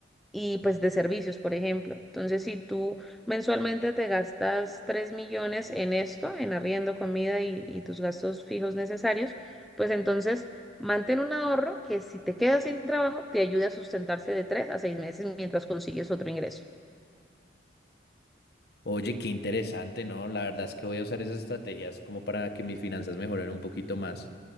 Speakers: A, in the centre; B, on the left.
A: y pues de servicios, por ejemplo. Entonces, si tú mensualmente te gastas 3 millones en esto, en arriendo, comida y, y tus gastos fijos necesarios, pues entonces mantén un ahorro que si te quedas sin trabajo, te ayude a sustentarse de 3 a 6 meses mientras consigues otro ingreso.
B: Oye, qué interesante, ¿no? La verdad es que voy a usar esas estrategias como para que mis finanzas mejoren un poquito más.